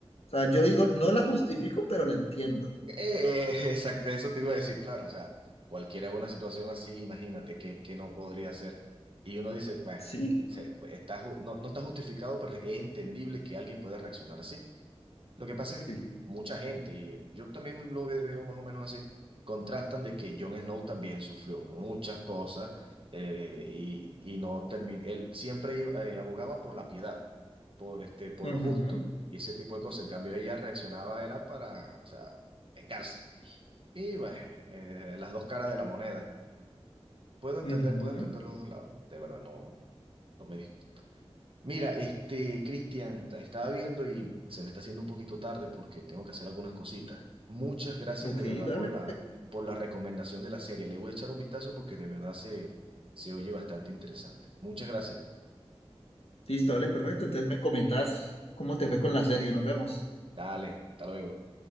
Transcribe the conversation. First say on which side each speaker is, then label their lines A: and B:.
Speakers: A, on the left; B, on the right.
A: sea, yo digo, no la justifico, pero la entiendo.
B: Eh, <laughs> exacto, eso te iba a decir, claro, o sea, cualquiera una situación así, imagínate que, que no podría ser. Y uno dice, bueno,
A: Sí,
B: se- está, ju- no, no está justificado, pero es entendible que alguien pueda reaccionar así. Lo que pasa es
A: sí.
B: que mucha gente, y yo también lo ve- veo más o menos así, contrastan de que Jon Snow también sufrió muchas cosas eh, y, y no terminó, él siempre iba- eh, abogaba por la piedad, por, este, por
A: Ujú,
B: lo justo y ese tipo de cosas. En cambio, ella reaccionaba era para, o sea, vengarse. Y bueno, eh, las dos caras de la moneda. Puedo entender,
A: ujú.
B: puedo entender los dos lados. De verdad, no, no me disgusta. Mira, este, Cristian, ta- estaba viendo y se me está haciendo un poquito tarde porque tengo que hacer algunas cositas. Muchas gracias
A: Ok,
B: de verdad
A: dale.
B: por la, por la recomendación de la serie. Le voy a echar un vistazo porque de verdad se, se oye bastante interesante. Muchas gracias.
A: Listo, dale, perfecto. Entonces me comentas cómo te fue con la serie. Nos vemos.
B: Dale, hasta luego.